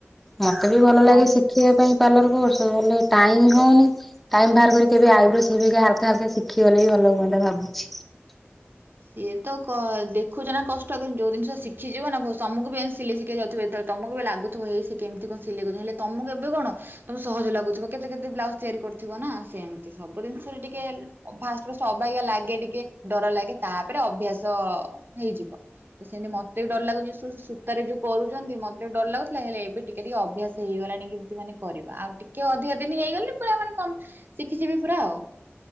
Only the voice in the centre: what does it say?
ମତେ ବି ଭଲ
ଲାଗେ
ଶିଖିବା ପାଇଁ। ପାଲର କୋର୍ସ୍ ହେଲେ ଟାଇମ ହଉନି। ଟାଇମ ବାହାର କରି କେବେ ଆଇବ୍ରୋ ସେପ ହେରିକା ହାଲକା ହାଲକା ସିଖି ଗଲେ ବି ଭଲ ହୁଅନ୍ତା ଭାବୁଛି?